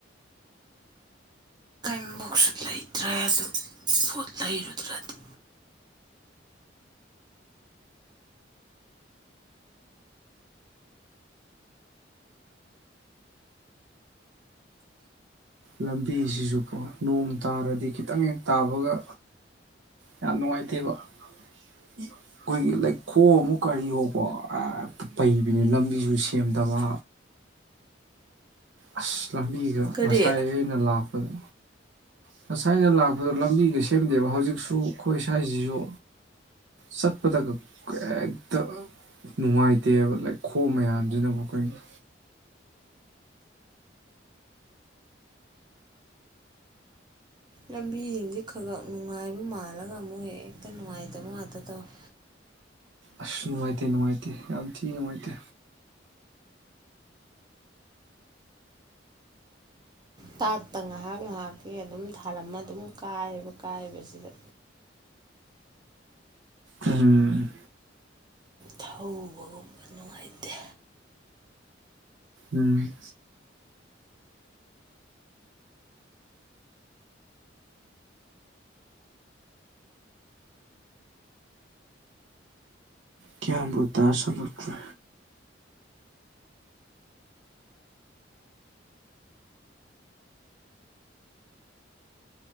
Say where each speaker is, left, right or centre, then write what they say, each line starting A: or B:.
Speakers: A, on the right; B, on the right.
A: ꯑꯝꯕꯣꯛꯁꯨ ꯂꯩꯇ꯭ꯔꯦ ꯑꯗꯨ ꯄꯣꯠ ꯂꯩꯔꯨꯗ꯭ꯔꯗꯤ
B: ꯂꯝꯕꯤꯁꯤꯁꯨꯀꯣ ꯅꯣꯡ ꯇꯥꯔꯗꯤ ꯈꯤꯇꯪ ꯍꯦꯛ ꯇꯥꯕꯒ ꯌꯥꯝ ꯅꯨꯡꯉꯥꯏꯇꯦꯕ ꯑꯩꯈꯣꯏꯒꯤ ꯂꯩꯈꯣꯝ ꯑꯣ ꯀꯔꯤꯑꯣ ꯀꯣ ꯑꯥ ꯍꯦꯛꯇ ꯄꯩꯕꯤꯅꯦ ꯂꯝꯕꯤꯁꯨ ꯁꯦꯝꯗꯕ ꯑꯁ ꯂꯝꯕꯤꯒ
A: ꯀꯔꯤ
B: ꯉꯁꯥꯏ ꯑꯩꯅ ꯂꯥꯛꯄꯗ ꯉꯁꯥꯏꯅ ꯂꯥꯛꯄꯗ ꯂꯝꯕꯤꯒ ꯁꯦꯝꯗꯦꯕ ꯍꯧꯖꯤꯛꯁꯨ ꯑꯩꯈꯣꯏ ꯁ꯭ꯋꯥꯏꯁꯤꯁꯨ ꯁꯠꯄꯗꯒ ꯍꯦꯛꯇ ꯅꯨꯡꯉꯥꯏꯇꯦꯕ ꯂꯩꯈꯣꯝ ꯃꯌꯥꯝꯁꯤꯅꯕꯨ ꯀꯩꯅꯣ
A: ꯂꯝꯕꯤꯁꯤꯡꯁꯦ ꯈꯒ ꯅꯨꯡꯉꯥꯏꯕ ꯃꯥꯜꯂꯒ ꯑꯃꯨꯛ ꯍꯦꯛꯇ ꯅꯨꯡꯉꯥꯏꯇꯕ ꯉꯥꯛꯇ ꯇꯧꯋꯤ
B: ꯑꯁ ꯅꯨꯡꯉꯥꯏꯇꯦ ꯅꯨꯡꯉꯥꯏꯇꯦ ꯌꯥꯝ ꯊꯤ ꯅꯨꯡꯉꯥꯏꯇꯦ
A: ꯇꯥꯠꯇ ꯉꯥꯏꯍꯥꯛ ꯉꯥꯏꯍꯥꯛꯀꯤ ꯑꯗꯨꯝ ꯊꯥꯜꯔꯃ ꯑꯗꯨꯝ ꯀꯥꯏꯌꯦꯕ ꯀꯥꯏꯕꯁꯤꯗ
B: ꯎꯝ ꯍꯨ
A: ꯊꯧꯕꯒꯨꯝꯕ ꯅꯨꯡꯉꯥꯏꯇꯦ
B: ꯎꯝ ꯒ꯭ꯌꯥꯟꯕꯨ ꯇꯥꯁꯜꯂꯛꯇ꯭ꯔꯦ